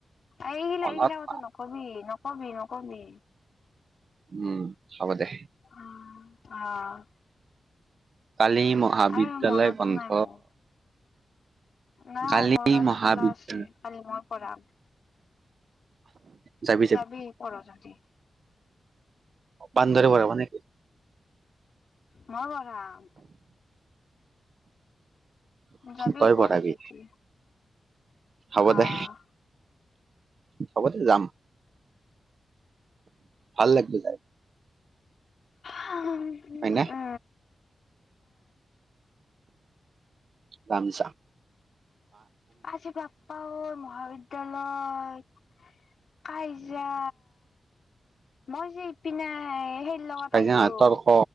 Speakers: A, on the left (about 60°); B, on the right (about 50°).
A: এই এইগিলা-এইগিলা
B: মনত
A: কথা
B: নাই।
A: ন'কবি, ন'কবি, ন'কবি।
B: উম, হ'ব দে।
A: উম, অ'।
B: কালি মহাবিদ্যয়ালয়
A: আৰে মনতো
B: বন্ধ।
A: নাই মোৰ নাই,
B: কালি
A: মোৰ কাৰণে
B: মহাবিদ্যালয়
A: খোলা আছে কালি মই কৰাম।
B: যাবি। যাবি
A: আহিবি পঢ় যদি
B: বান্দৰে <unintelligible> মানে
A: মই পঢ়াম। যাবি
B: তই
A: পঢ়
B: পঢ়াবি
A: যদি
B: হ'ব
A: আহ
B: দে। হ'ব দে ভাল লাগিব যাই।
A: <unintelligible>
B: হয়নে ৰামছা।
A: আজি বাপ্পা ঐ মহাবিদ্যালয়ত কাইজা মই, যে ইপিনে হেই লগত
B: কাজিয়া
A: আহিলোঁ।
B: নহয় তৰ্ক